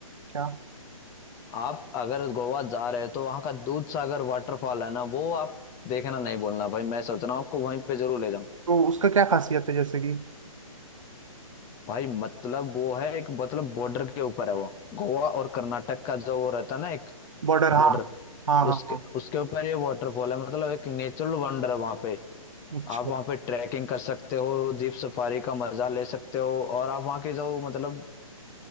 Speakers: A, on the right; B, on the left.
A: क्या
B: आप अगर गोवा जा रहे हो तो वहाँ का दूध सागर वाटरफॉल है ना वो आप देखना नहीं बोलना भाई मैं सोच रहा हूँ आपको वहीं पे जरूर ले जाऊँ।
A: तो उसका क्या खासियत है जैसे कि
B: भाई मतलब वो है एक मतलब बॉर्डर के ऊपर है वो गोवा और कर्नाटक का जो वो रहता है ना एक
A: बॉर्डर हाँ
B: बॉर्डर
A: हाँ हाँ
B: उसके
A: हाँ
B: उसके ऊपर ये वाटरफॉल है मतलब एक नेचुरल वंडर है वहाँ पे
A: अच्छा
B: आप वहाँ पे ट्रैकिंग कर सकते हो जीप सफारी का मजा ले सकते हो और आप वहाँ के जो मतलब